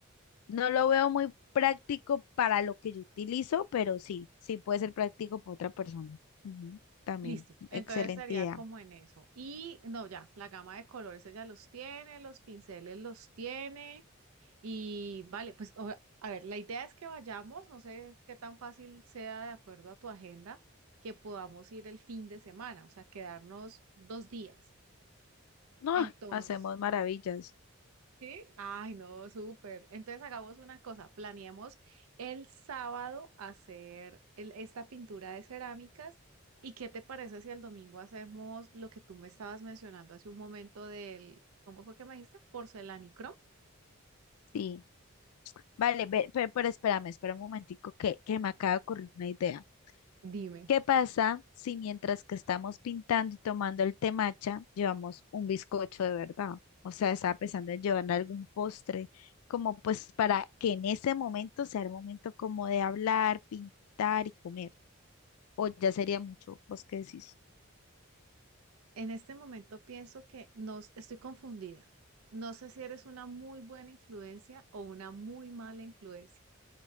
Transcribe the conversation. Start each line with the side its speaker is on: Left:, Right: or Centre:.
Left: No lo veo muy práctico para lo que yo utilizo, pero sí, sí puede ser práctico para otra persona. Ujú, También,
Right: Listo. Entonces
Left: excelente
Right: sería
Left: idea.
Right: como en eso. Y no, ya, la gama de colores ella los tiene, los pinceles los tiene. Y vale, pues o- a ver, la idea es que vayamos, no sé qué tan fácil sea de acuerdo a tu agenda, que podamos ir el fin de semana, o sea, quedarnos dos días.
Left: No,
Right: Entonces,
Left: hacemos maravillas.
Right: ¿Sí? Ay, no, súper. Entonces hagamos una cosa, planeemos el sábado hacer el- esta pintura de cerámicas y qué te parece si el domingo hacemos lo que tú me estabas mencionando hace un momento del, ¿cómo fue que me dijiste? Porcelanicrom.
Left: Sí. Vale, ve- pe- pero, espérame, espera un momentico que, que me acaba de ocurrir una idea.
Right: Dime,
Left: ¿Qué pasa si mientras que estamos pintando y tomando el temacha, llevamos un bizcocho de verdad? O sea, estaba pensando en llevar algún postre, como pues para que en ese momento sea el momento como de hablar, pintar y comer. o ya sería mucho, ¿vos qué decís?
Right: en este momento pienso que nos estoy confundida. No sé si eres una muy buena influencia o una muy mala influencia.